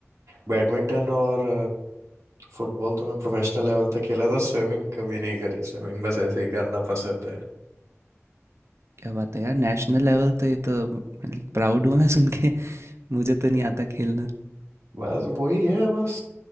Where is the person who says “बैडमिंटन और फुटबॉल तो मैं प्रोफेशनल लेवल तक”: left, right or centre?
Right